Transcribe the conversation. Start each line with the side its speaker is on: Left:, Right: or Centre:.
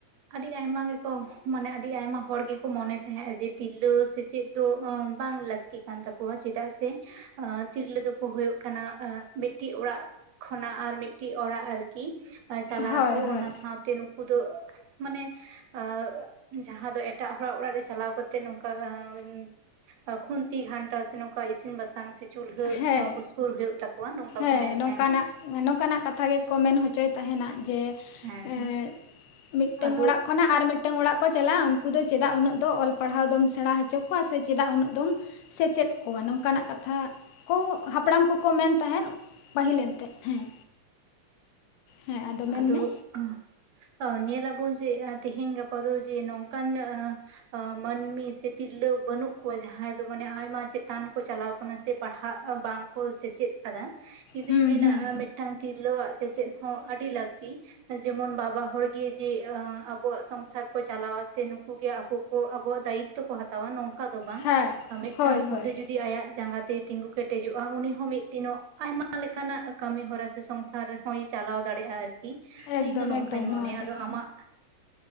Right: ᱟᱹᱰᱤ ᱟᱭᱢᱟ ᱜᱮᱠᱚ ᱢᱟᱱᱮ ᱟᱹᱰᱤ ᱟᱭᱢᱟ ᱦᱚᱲ ᱜᱮᱠᱚ ᱢᱚᱱᱮ ᱛᱟᱦᱮᱸᱜᱼᱟ ᱡᱮ ᱛᱤᱨᱞᱟᱹ ᱥᱮ ᱪᱮᱫ ᱫᱚ ᱟ ᱵᱟᱝ ᱞᱟᱹᱠᱛᱤ ᱠᱟᱱ ᱪᱮᱫᱟᱜ ᱥᱮ ᱟ ᱛᱤᱨᱞᱟᱹ ᱫᱚᱠᱚ ᱦᱩᱭᱩᱜ ᱠᱟᱱᱟ ᱟ ᱢᱤᱫ ᱴᱤᱡ ᱚᱲᱟᱜ ᱠᱷᱚᱱᱟᱜ ᱟᱨ ᱢᱤᱫᱴᱤᱡ ᱚᱲᱟᱜ ᱟᱨᱠᱤ ᱪᱟᱞᱟᱜ
Left: ᱦᱳᱭ
Right: ᱟᱠᱚ
Left: ᱦᱳᱭ
Right: ᱚᱱᱟ ᱥᱟᱶ ᱛᱮ ᱱᱩᱠᱩ ᱫᱚ ᱢᱟᱱᱮ ᱟᱜ ᱡᱟᱦᱟ ᱫᱚ ᱮᱴᱟᱜ ᱦᱚᱲᱟᱜ ᱚᱲᱟᱜ ᱨᱮ ᱪᱟᱞᱟᱣ ᱠᱟᱛᱮᱜ ᱱᱚᱝᱠᱟ ᱟᱱ ᱟ ᱠᱷᱩᱱᱛᱤ ᱜᱷᱟᱱᱴᱟ ᱥᱮ ᱱᱚᱝᱠᱟ ᱤᱥᱤᱱ ᱵᱟᱥᱟᱝ ᱥᱮ ᱪᱩᱞᱦᱟᱹ
Left: ᱦᱮᱸ
Right: ᱩᱥᱠᱩᱨ ᱦᱩᱭᱩᱜ ᱛᱟᱠᱚᱣᱟ ᱱᱚᱝᱠᱟ ᱠᱚ
Left: ᱦᱮᱸ
Right: ᱢᱮᱱ
Left: ᱱᱚᱝᱠᱟᱱᱟᱜ
Right: ᱛᱟᱦᱮᱱᱟ
Left: ᱱᱚᱝᱠᱟᱱᱟᱜ ᱠᱟᱛᱷᱟ ᱜᱮᱠᱚ ᱢᱮᱱ ᱦᱚᱪᱚᱭ ᱛᱟᱦᱮᱱᱟ ᱡᱮ
Right: ᱦᱮᱸ
Left: ᱮᱜ
Right: ᱦᱮᱸ
Left: ᱢᱤᱫᱴᱟᱝ
Right: ᱟᱫᱚ
Left: ᱚᱲᱟᱜ ᱠᱷᱚᱱᱟᱜ ᱟᱨ ᱢᱤᱫᱴᱟᱝ ᱚᱲᱟᱜ ᱠᱚ ᱪᱟᱞᱟᱜᱼᱟ ᱩᱱᱠᱩ ᱫᱚ ᱪᱮᱫᱟᱜ ᱩᱱᱟᱹᱜ ᱫᱚ ᱚᱞ ᱯᱟᱲᱦᱟᱣ ᱫᱚᱢ ᱥᱮᱬᱟᱸ ᱦᱚᱪᱚ ᱠᱚᱣᱟ ᱥᱮ ᱪᱮᱫᱟᱜ ᱩᱱᱟᱹᱜ ᱫᱚᱢ ᱥᱮᱪᱮᱫ ᱠᱚᱣᱟ ᱱᱚᱝᱠᱟᱱᱟᱜ ᱠᱟᱛᱷᱟ ᱠᱚ ᱦᱟᱯᱲᱟᱢ ᱠᱚᱠᱚ ᱢᱮᱱ ᱛᱟᱦᱮᱸᱫ ᱯᱟᱹᱦᱤᱞ ᱮᱱᱛᱮ ᱦᱮᱸ᱾ ᱦᱮᱸ ᱢᱮᱱᱢᱮ
Right: ᱟᱫᱚ ᱟᱸᱦ ᱟ ᱧᱮᱞ ᱟᱵᱚᱱ ᱡᱮ ᱛᱮᱦᱮᱧ ᱜᱟᱯᱟ ᱫᱚ ᱡᱮ ᱱᱚᱝᱠᱟᱱ ᱟ ᱢᱟᱹᱱᱢᱤ ᱥᱮ ᱛᱤᱨᱞᱟᱹ ᱵᱟᱹᱱᱩᱜ ᱠᱚᱣᱟ ᱡᱟᱦᱟᱸᱭ ᱫᱚ ᱢᱟᱱᱮ ᱟᱭᱢᱟ ᱪᱮᱛᱟᱱ ᱪᱟᱞᱟᱣ ᱠᱟᱱᱟ ᱥᱮ ᱯᱟᱲᱦᱟᱜ ᱵᱟᱝ ᱠᱚ ᱥᱮᱪᱮᱫ ᱟᱠᱟᱫᱟ᱾ ᱤᱧᱫᱩᱧ
Left: ᱦᱩᱸ
Right: ᱢᱮᱱᱟ
Left: ᱦᱩᱸ
Right: ᱢᱤᱫᱴᱟᱝ ᱛᱤᱨᱞᱟᱹᱣᱟᱜ ᱥᱮᱪᱮᱫ ᱦᱚᱸ ᱟᱵᱤ ᱞᱟᱹᱠᱛᱤ ᱡᱮᱢᱚᱱ ᱵᱟᱵᱟ ᱦᱚᱲᱜᱮ ᱡᱮ ᱟᱸ ᱟᱵᱚᱣᱟᱜ ᱥᱚᱝᱥᱟᱨ ᱠᱚ ᱪᱟᱞᱟᱣᱟ ᱥᱮ ᱱᱩᱠᱩᱜ ᱜᱮ ᱟᱵᱚ ᱠᱚ ᱟᱵᱚᱣᱟᱜ ᱫᱟᱭᱤᱛᱛᱚ ᱠᱚ ᱦᱟᱛᱟᱣᱟ ᱱᱚᱝᱠᱟ ᱫᱚ ᱵᱟᱝ
Left: ᱦᱮᱸ
Right: ᱢᱤᱫᱴᱟᱝ
Left: ᱦᱳᱭ
Right: ᱠᱩᱲᱤ
Left: ᱦᱳᱭ
Right: ᱫᱟ ᱡᱩᱫᱤ ᱟᱭᱟᱜ ᱡᱟᱸᱜᱟ ᱛᱮ ᱛᱤᱸᱜᱩ ᱠᱮᱴᱮᱡᱚᱜᱼᱟ ᱩᱱᱤ ᱦᱚᱸ ᱢᱤᱫ ᱫᱤᱱᱚᱜ ᱟᱭᱢᱟ ᱞᱮᱠᱟᱱᱟᱜ ᱠᱟᱹᱢᱤ ᱦᱚᱨᱟ ᱥᱮ ᱥᱚᱝᱥᱟᱨ ᱨᱮ ᱦᱚᱸᱭ ᱪᱟᱞᱟᱣ ᱫᱟᱲᱮᱭᱟᱜᱼᱟ ᱟᱨᱠᱤ᱾
Left: ᱮᱠᱫᱚᱢ
Right: ᱤᱧ ᱫᱚ ᱱᱚᱝᱠᱟᱧ
Left: ᱮᱠᱫᱚᱢ
Right: ᱢᱚᱱᱮᱭᱟ
Left: ᱱᱚᱣᱟ ᱫᱚ
Right: ᱟᱫᱚ ᱟᱢᱟᱜ